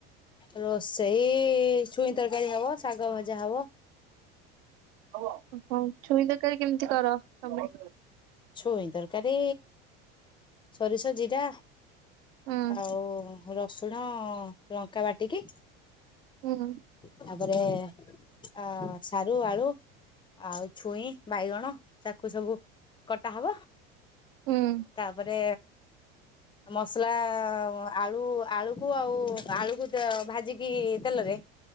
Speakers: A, on the left; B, on the right.
A: ରୋଷେଇ ଛୁଇଁ ତରକାରୀ ହବ ଶାଗ ଭଜା ହବ।
B: ହଁ ଛୁଇଁ ତରକାରୀ କେମିତି କର ତମେ?
A: ଛୁଇଁ ତରକାରୀ ସୋରିଷ ଜିରା
B: ହୁଁ
A: ଆଉ ରସୁଣ ଲଙ୍କା ବାଟିକି।
B: ହୁଁ ଉଁ
A: ତାପରେ ଅ ସାରୁ ଆଳୁ ଆଉ ଛୁଇଁ ବାଇଗଣ ତାକୁ ସବୁ କଟା ହବ।
B: ହୁଁ ଉଁ
A: ତା ପରେ ମସଲା ଆଳୁ, ଆଳୁକୁ ଆଉ ଆଳୁକୁ ଭାଜିକି ତେଲରେ